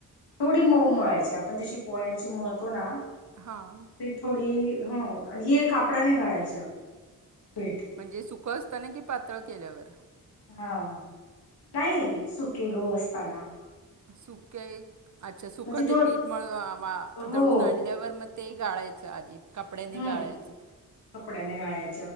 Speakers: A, on the left; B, on the right.
A: थोडी मऊ मळायची, आपण जशी पोळ्यांची मळतो ना
B: हां.
A: ते थोडी ह, हि कापडा ने गाळायच पीठ.
B: म्हणजे सुखं असताना, कि पातळ केल्यावर?
A: हा. नाही सुके गहु असताना.
B: सुखे अच्छा
A: म्हणजे
B: सुख
A: दोन
B: ते पीठ मळून वा व
A: हो
B: दळुन आणले वर मग ते गाळायचं आधी, कपड्यांनी
A: हम्म
B: गाळायचं.
A: कपड्याने गाळाय